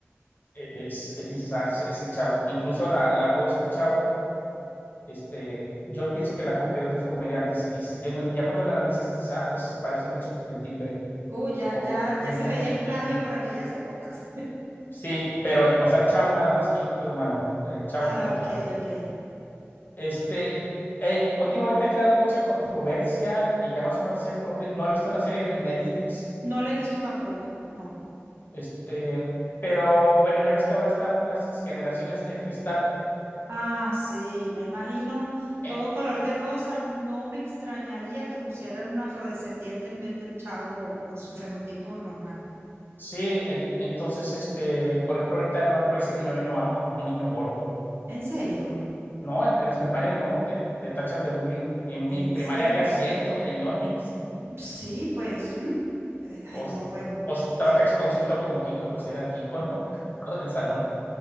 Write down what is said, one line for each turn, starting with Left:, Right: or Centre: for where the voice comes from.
Left: e- es, dices, ah, es, es el chavo. Incluso la, la voz del chavo Este, yo pienso que la copió de otros comediantes y, y es muy- ya cuando la analizas, dices, ah, pues se parece mucho el timbre
Right: Uh, ya,
Left: o
Right: ya,
Left: la
Right: ya se
Left: entonación.
Right: veía el plagio por aquellas épocas.
Left: Sí, pero,
Right: <laughs>
Left: el, o sea, el chavo nada más Kiko y los demás no, el, chavo
Right: Ah,
Left: como tal.
Right: ok, ok.
Left: Este, eh, últimamente ha creado mucha controversia y ya más o menos sé por dónde, no he visto la serie de Netflix,
Right: No lo he visto tampoco, no.
Left: este, pero bueno, ya ves que ahora están las generaciones de cristal.
Right: Ah, sí, me imagino
Left: En-
Right: todo color de rosa. No me extrañaría que pusieran un afrodescendiente en vez del chavo con su fenotipo normal.
Left: sí, en- entonces, este, por ejemplo, ahorita no le puedes decir ñoño a, a un niño gordo.
Right: ¿En serio?
Left: No, en las primarias no, te, te tachan de bullying. Y en
Right: ¿En
Left: mi primaria
Right: serio?
Left: había cientos de ñoños. <laughs>
Right: Sí, pues, mm, eh,
Left: O,
Right: ay, no,
Left: s-
Right: bueno,
Left: o estaba
Right: increíble.
Left: cachetoncito como Kiko, pues era el Kiko, ¿no? <laughs> Kiko del salón.